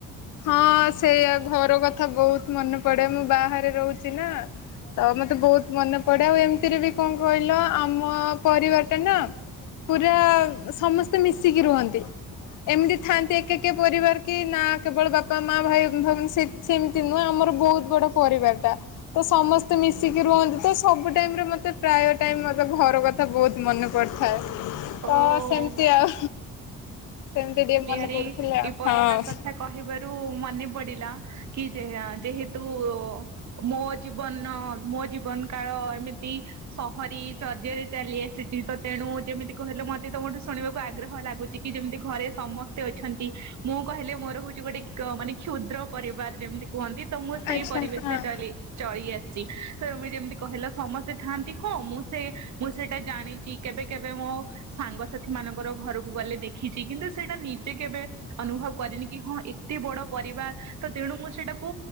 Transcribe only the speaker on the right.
ଓ
କି
ପରିବାର
କଥା କହିବାରୁ ମନେ ପଡିଲା। କି ଯେହେ ଆଉ ଯେହେତୁ ମୋ ଜୀବନ ମୋ ଜୀବନ୍ କାଳ ଏମିତି ସ ହରି ଚରଜେରେ ଚାଲି ଆସିଛି। ତ ତେଣୁ ଯେମିତି କହିଲେ ମତେ ତମଠୁ ଶୁଣିବାକୁ ଆଗ୍ରହ ଲାଗୁଚି। କି ଯେମିତି ଘରେ ସମସ୍ତେ ଅଛନ୍ତି ମୁଁ କହିଲେ ମୋର ହଉଛି କ୍ ଗୋଟେ ମାନେ କ୍ଷୁଦ୍ର ପରିବାର ଯେମିତି। କୁହନ୍ତି ତ ମୁଁ ସେଇ
ପରିବେଶରେ
ଚଳି ଆସିଚି। ତମେ ଯେମିତି କହିଲ ସମସ୍ତେ ଥାନ୍ତି। ହଁ ମୁଁ ସେ ମୁଁ ସେଇଟା ଜାଣିଚି। କେବେ କେବେ ମୋ ସାଙ୍ଗସାଥି ମାନଙ୍କର ଘରକୁ ଗଲେ ଦେଖିଚି। କିନ୍ତୁ ସେଇଟା ନିଜେ କେବେ ଅନୁଭବ୍ କରିନି। କି ହଁ। ଏତେ ବଡ ପରିବାର। ତ ତେଣୁ ମୁଁ ସେଟାକୁ